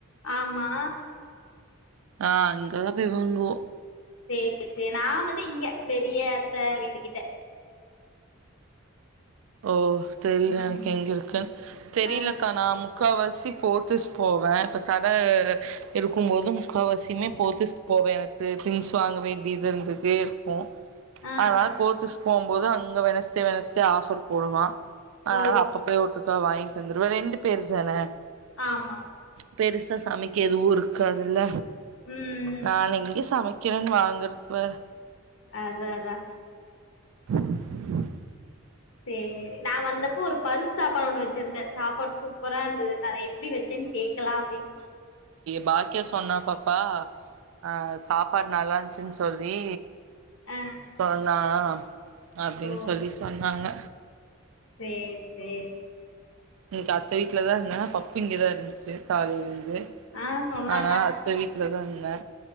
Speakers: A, on the left; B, on the right.
A: ஆமா
B: ஆ அங்கதான் போய் வாங்குவோம்
A: செ நா வந்து இங்க பெரியத்தை வீட்டு கிட்ட
B: ஓ தெரியல
A: ம்
B: எனக்கு எங்க இருக்கு தெரியலக்கா
A: ஆ
B: நான் முக்காவசி போ த்தீஸ் போவேன் இப்போ தடை இருக்கும் போதும் முக்காவாசியுமே போத்தீஸ் போவேன் எனக்கு திங்ஸ் வாங்க வேண்டியது இருந்துட்தே இருக்கும்
A: ஆ
B: ஆதனால
A: ஆ
B: போத்தீஸ் போவும்போது அங்க வெனஸ்டே வெனஸ்டே ஆஃபர் போடுவான் அதனால
A: ஓ
B: அப்ப போய் ஒட்டுக்கா வாங்கிட்டு வந்துருவ ரெண்டு பேரு தானே
A: ஆமா ஆமா
B: பெருசா சமைக்க எதுவு இருக்காதுல்ல
A: ம்
B: நான் எங்கே சமைக்கிறேன்னு வாங்கறத்துவர்
A: அதா அதா
B: <inaudible>
A: சேரி நான் வந்தப்போ ஒரு பருப் சாப்பாடு ஒண்ணு வெச்சிருந்தே சாப்பாடு சூப்பரா இருந்து து அது எப் எப்டி வெச்சன்னு கேட்கலா அப்டன்னு
B: பாக்கிய சொன்னா பாப்பா ஆ சாப்பாடு நல்லா இருந்துச்சின்னு சொல்லி
A: ஆ
B: சொன்னா அப்டின்னு
A: ஓ
B: சொல்லி சொன்னாங்க
A: சேரி சேரி
B: இன்னிக்கு அத்த வீட்ல தான் இருந்த பப்பு இங்கதான் இருந்துச்சு காலைலருந்து
A: ஆ சொன்னாங்க
B: அதனால அத்த வீட்டு இருந்தே